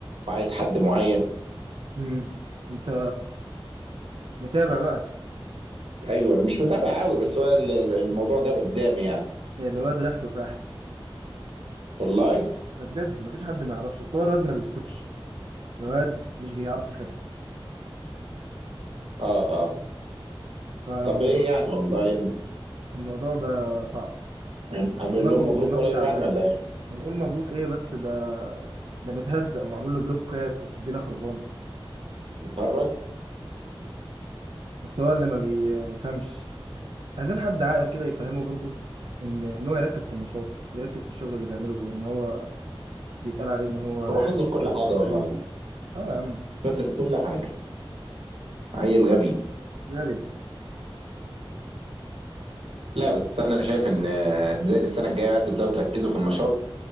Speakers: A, on the right; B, on the right.
A: وعايز حد معين
B: مم. انت متابع بقى
A: ايوه انا مش متابع قوي بس هو ال- ال- الموضوع جه قدامي يعني
B: الواد ريحته تفاح
A: والله
B: ده بجد مفيش حد ما يعرفش اصل هو الواد ما بيسكتش الواد مش بيعرف يخبي
A: اه اه
B: فالموضوع
A: طب ايه يعني والله
B: الموضوع بقى صعب
A: هن- هنقول
B: دماغه
A: لهم مبروك
B: دماغه
A: قريب
B: تعبانه
A: يعني ولا ايه
B: هنقول مبروك ايه بس ده ده متهزق ومعمول له بلوكات والدنيا خربانه
A: اتهرج
B: بس هو اللي ما بيفهمش عايزين حد عاقل كده يفهمه برضو ان ان هو يركز في النشاط يركز في الشغل اللي بيعمله بدل ما هو بيتقال عليه ان هو
A: هو
B: حكاك
A: خسر كل حاجه
B: بقى والحاجات
A: والله
B: دي اه يا عم
A: خسر كل حاجه عيل غبي
B: غبي
A: لا بس انا شايف ان آه، بدايه السنه الجايه بقى تبداوا تركزوا في النشاط